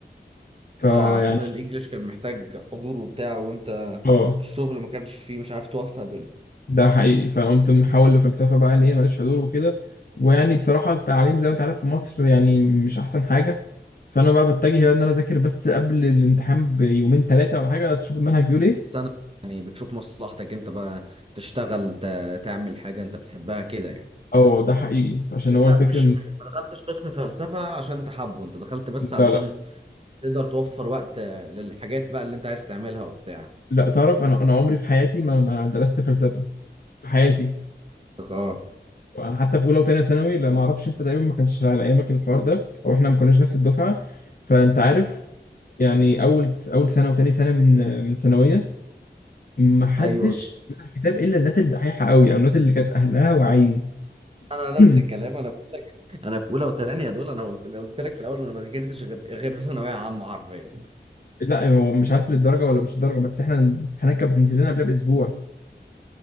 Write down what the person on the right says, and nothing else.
اه عشان الانجليش كان محتاج حضور وبتاع وانت
الشغل ما كانش فيه مش عارف توفق بينه
السنة يعني بتشوف مصلحتك انت بقى تشتغل ت- تعمل حاجة انت بتحبها كده يعني
يعني
انت
مش
م- ما دخلتش قسم فلسفة عشان انت حابه انت دخلت بس
علشان
تقدر توفر وقت آه، للحاجات بقى اللي انت عايز تعملها وبتاع
اه
ايوه
انا
نفس الكلام انا بقول لك انا في اولى وثانيه دول انا قلت قلت لك في الاول انا ما ذاكرتش غير غير في ثانويه عامه حرفيا